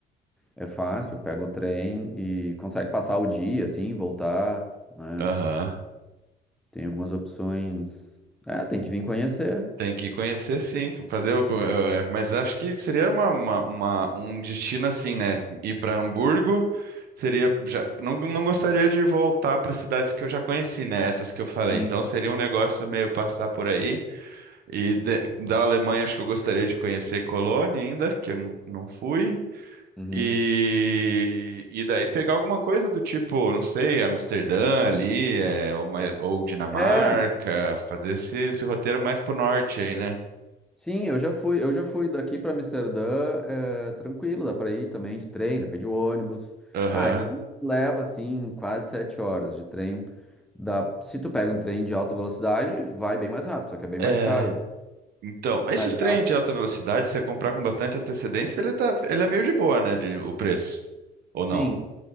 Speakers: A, in the centre; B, on the right.
A: é, é fácil, pega o trem e consegue passar o dia, assim, voltar, né?
B: Aham.
A: Tem algumas opções. É, tem que vir conhecer.
B: Tem que conhecer, sim. tem que Fazer, o- eh, mas acho que seria uma, uma- uma- um destino assim, né? Ir para Hamburgo seria já, não, não gostaria de voltar para cidades que eu já conheci, né? Essas que eu falei.
A: Sim.
B: Então seria um negócio meio passar por aí. E de- da Alemanha acho que eu gostaria de conhecer Colônia ainda, que eu não, não fui.
A: Uhum.
B: E, e daí pegar alguma coisa do tipo, não sei, Amsterdã ali, eh, ou, mais- ou Dinamarca,
A: É,
B: fazer esse, esse roteiro mais pro norte aí, né?
A: Sim, eu já fui, eu já fui daqui para Amsterdã, é, tranquilo, dá para ir também de trem, dá para ir de ônibus.
B: Aham.
A: Tá, de ônibus leva assim quase sete horas de trem. Dá, se tu pega um trem de alta velocidade, vai bem mais rápido, só que é bem
B: É.
A: mais caro.
B: Então, esses
A: Mas
B: trens
A: dá,
B: de alta velocidade, se você comprar com bastante antecedência, ele tá, ele é meio de boa, né, de, o preço. Ou
A: sim,
B: não?